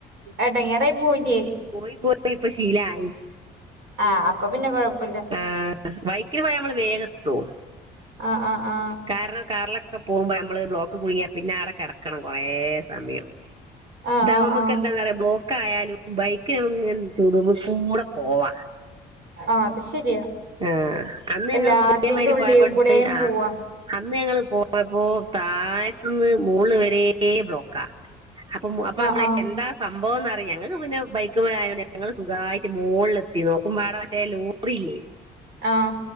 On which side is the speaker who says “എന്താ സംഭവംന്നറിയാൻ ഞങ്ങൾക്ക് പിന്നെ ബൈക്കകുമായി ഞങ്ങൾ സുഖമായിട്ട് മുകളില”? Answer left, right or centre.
Right